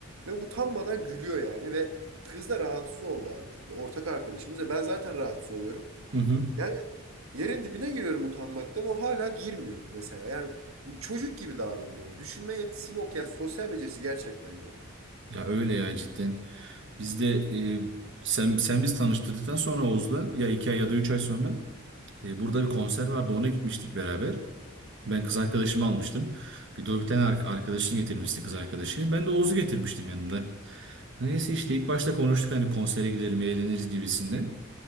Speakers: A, on the right; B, on the right.
A: Ve utanmadan gülüyor yani. Ve kız da rahatsız oldu artık. Ve ortak arkadaşımız. Ve ben zaten rahatsız oluyorum.
B: Hı hı.
A: Yani yerin dibine giriyorum utanmaktan. O hala girmiyor mesela. Yani çocuk gibi davranıyor. Düşünme yetisi yok. Yani sosyal becerisi gerçekten yok.
B: Ya öyle ya cidden. Biz de e, sen sen biz tanıştırdıktan sonra Oğuz'la ya iki ay ya da üç ay sonra e, burada bir konser vardı ona gitmiştik beraber. Ben kız arkadaşımı almıştım. Bir de o bir tane ar- arkadaşını getirmişti kız arkadaşı. Ben de Oğuz'u getirmiştim yanımda. Neyse işte ilk başta konuştuk hani konsere gidelim eğleniriz gibisinden.